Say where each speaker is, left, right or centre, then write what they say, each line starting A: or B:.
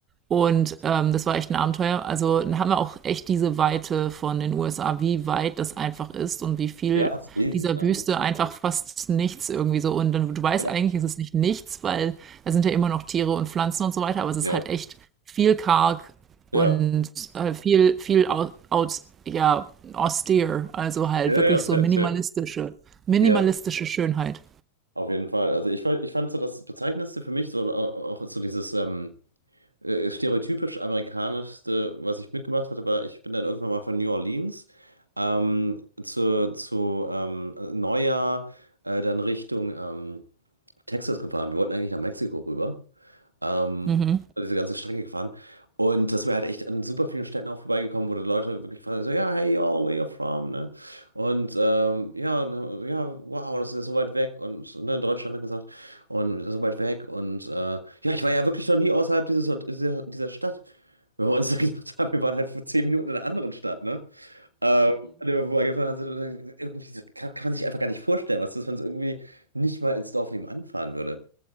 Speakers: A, on the right; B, on the right.
A: Und ähm, das war echt ein Abenteuer. Also dann haben wir auch echt diese Weite von den USA, wie weit das einfach ist und wie viel
B: Ja, ist riesig,
A: dieser
B: ne?
A: Wüste einfach fast nichts irgendwie so. Und dann, du weißt
B: Ja,
A: eigentlich, ist es nicht nichts, weil da sind ja immer noch Tiere und Pflanzen und so weiter, aber es ist
B: ja,
A: halt echt viel karg
B: ja.
A: und äh, viel, viel out, out, ja, austere. Also halt
B: Ja,
A: wirklich
B: ja, safe,
A: so minimalistische,
B: safe.
A: minimalistische
B: Ja,
A: Schönheit.
B: auf jeden Fall. Also ich, fand- ich fand so das Bezeichnendste für mich, so äh, auch so dieses ähm, äh, stereotypisch amerikanischste, was ich mitgemacht hatte, war, ich bin dann irgendwann mal von New Orleans ähm, zu, zu ähm, Neujahr äh, dann Richtung ähm, Texas gefahren. Wir wollten eigentlich nach Mexiko rüber. Ähm,
A: Mhm.
B: also diese ganze Strecke gefahren. Und das wäre halt echt an super vielen Städten auch vorbeigekommen, wo die Leute wirklich fragen, so, ja, hey, y'all, where you from, ne? Und ähm, ja, und, dann, ja, wow, das ist ja so weit weg und so, ne, in Deutschland hat er gesagt, und so weit weg und äh, ja, ich war ja wirklich noch nie außerhalb dieses, dieser, dieser Stadt. Wenn wir uns <laughs> dann gedacht haben, wir waren halt vor zehn Minuten in einer anderen Stadt, ne? Ähm, an der wir vorbeigefahren sind und dann irgendwie so- kann, kann man sich einfach gar nicht vorstellen, was das, wenn es irgendwie nicht mal ins Dorf nebenan fahren würde.